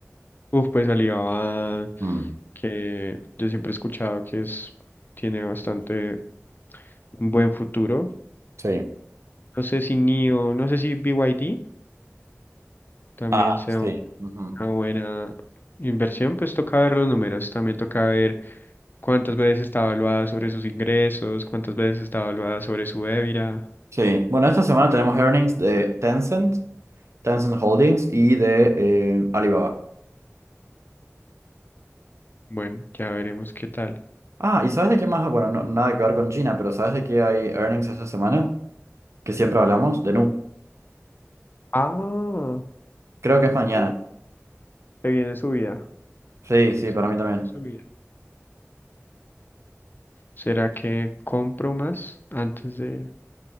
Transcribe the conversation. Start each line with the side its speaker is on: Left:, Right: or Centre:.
Left: Uf, pues Alibaba,
Right: Mm,
Left: que yo siempre he escuchado que es, tiene bastante un buen futuro.
Right: sí.
Left: No sé si NIO, no sé si BYD también
Right: Ah,
Left: sea
Right: sí.
Left: un-
Right: Ujú.
Left: una buena inversión, pues toca ver los números, también toca ver cuántas veces está evaluada sobre sus ingresos, cuántas veces está evaluada sobre su EBITDA.
Right: Sí, bueno, esta semana tenemos earnings de Tencent, Tencent Holdings y de eh, Alibaba.
Left: Bueno, ya veremos qué tal.
Right: Ah, ¿y sabes de qué más? Bueno, no- nada que ver con China, pero ¿sabes de qué hay earnings esta semana? Que siempre hablamos, de Nu.
Left: Ah,
Right: Creo que es mañana.
Left: uh, se viene subida.
Right: Sí, sí,
Left: Se
Right: para mí
Left: viene
Right: también.
Left: subida. ¿Será que compro más antes de...